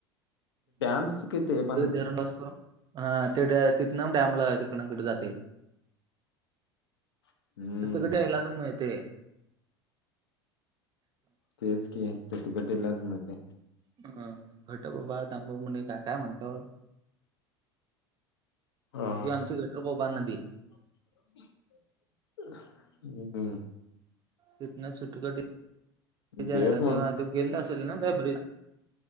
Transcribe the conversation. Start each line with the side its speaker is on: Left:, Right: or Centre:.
Left: म्स किती आहे पण
Right: तिवणाजपूर हा, ते ड तिथे डॅम लाग तडे कुठे जाते?
Left: हम्म
Right: तिथक द्यायला क मिळतंय.
Left: तेच क शत कटलाच मिळतं नई.
Right: अ घटबाबा तांबा म्हणे का काय म्हणतं?
Left: हा
Right: ही आमची घटप्रभा नदी.
Left: <unintelligible>
Right: तना सुट्टी <unintelligible> तेव्हा
Left: ते पण
Right: तो गेलेला असेल ना त्या ब्रिज